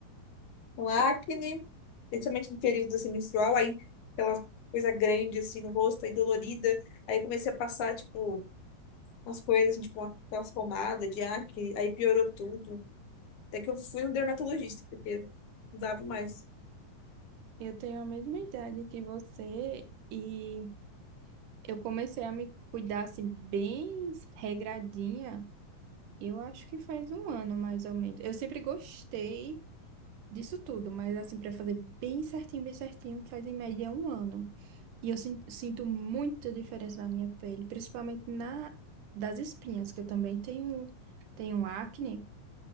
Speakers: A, on the left; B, on the right.
A: com acne.
B: Eu,
A: principalmente no período assim, menstrual, aí aquela coisa grande assim no rosto, aí dolorida. Aí eu comecei a passar, tipo, umas coisas, assim, tipo, uma- aquelas pomadas de acne, aí piorou tudo. Até que eu fui no dermatologista, porque não dava mais.
B: eu tenho a mesma idade que você e eu comecei a me cuidar assim, bem regradinha. Eu acho que faz um ano mais ou menos. Eu sempre gostei disso tudo, mas assim, para fazer bem certinho, bem certinho, faz em média um ano. E eu sin- sinto muita diferença na minha pele, principalmente na das espinhas, que eu também tenho, tenho um acne.